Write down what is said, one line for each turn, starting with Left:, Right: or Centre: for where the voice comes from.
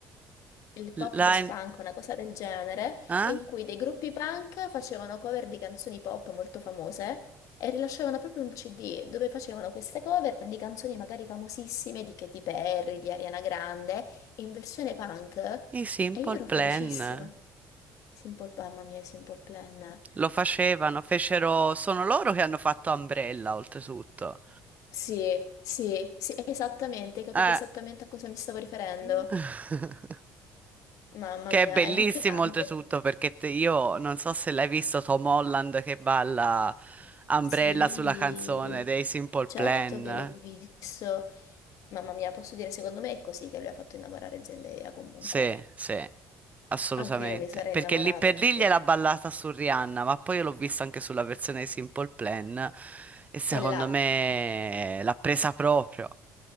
Left: il pop
Right: Line...
Left: ghost punk, una cosa del genere,
Right: Eh?
Left: in cui dei gruppi punk facevano cover di canzoni pop molto famose e rilasciavano proprio un CD dove facevano queste cover di canzoni magari famosissime di Katy Perry, di Ariana Grande, in versione punk.
Right: I Simple
Left: E io ero
Right: Plan
Left: felicissima. Simple, mamma mia, Simple Plan.
Right: lo facevano, fecero, sono loro che hanno fatto Umbrella, oltretutto.
Left: Sì, sì, sì, esattamente, hai capito
Right: Eh.
Left: esattamente a cosa mi stavo riferendo.
Right: <laughs>
Left: Mamma
Right: Che
Left: mia,
Right: è bellissimo,
Left: è inquietante.
Right: oltretutto, perché te- io non so se l'hai visto Tom Holland che balla Umbrella
Left: Sì,
Right: sulla canzone dei Simple
Left: certo
Right: Plan.
Left: che l'ho visto. Mamma mia, posso dire, secondo me è così che lui ha fatto innamorare Zendaya comunque.
Right: Sì, sì, assolutamente.
Left: Anche io mi sarei
Right: Perché
Left: innamorata
Right: lì per
Left: perché
Right: lì gliel'ha ballata su Rihanna, ma poi io l'ho vista anche sulla versione dei Simple Plan e secondo
Left: è là.
Right: me l'ha presa proprio.